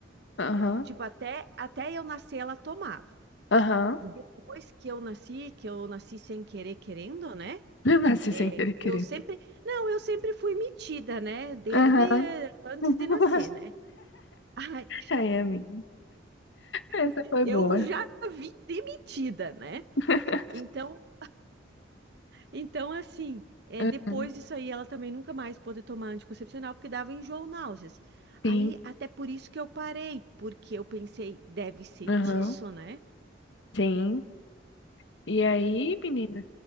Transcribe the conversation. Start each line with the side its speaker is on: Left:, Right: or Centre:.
Left: aham,
Right: Tipo, até, até eu nascer, ela tomava.
Left: aham,
Right: Depois que eu nasci, que eu nasci sem querer, querendo, né?
Left: <laughs> eu nasci
Right: É,
Left: sem querer, querer.
Right: eu sempre, não, eu sempre fui metida, né? Desde
Left: Aham.
Right: eh, antes
Left: <laughs>
Right: de nascer, né? <laughs> Ai,
Left: Ai, amiga, essa foi
Right: eu
Left: boa.
Right: já vim demitida, né?
Left: <laughs>
Right: Então, então assim, é,
Left: Aham,
Right: depois disso aí, ela também nunca mais pôde tomar anticoncepcional porque dava enjoo, náuseas. Aí,
Left: Sim,
Right: até por isso que eu parei, porque eu pensei, deve ser
Left: aham,
Right: disso, né?
Left: sim. E aí, menina,